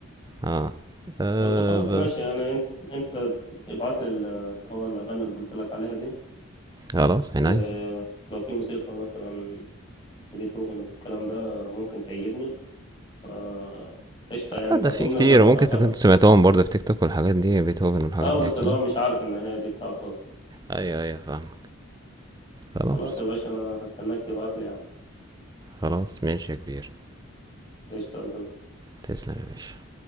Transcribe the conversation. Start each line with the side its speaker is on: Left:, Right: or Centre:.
Right: اه آه،
Left: بس خلاص
Right: بس
Left: ماشي انا انت, انت ابعت لي ال- اللي هو الاغاني اللي قلت لك عليها دي
Right: خلاص عينيا
Left: ولو في موسيقى مثلا بيتهوفن والكلام ده ممكن تعجبني ف- قشطة يعني
Right: اه
Left: ابعتهم
Right: ده في كتير
Left: لي وانا
Right: وممكن
Left: هقرر
Right: تكون سمعتهم برضه في تيك توك والحاجات دي بيتهوفن والحاجات
Left: اه
Right: دي
Left: بس
Right: اكيد
Left: اللي هو مش عارف ان هي دي بتاعته اصلا
Right: ايوه ايوه فاهم خلاص
Left: خلاص يا باشا انا هستناك تبعت لي يا عم
Right: خلاص ماشي يا كبير
Left: قشطة يا زوز.
Right: تسلم يا باشا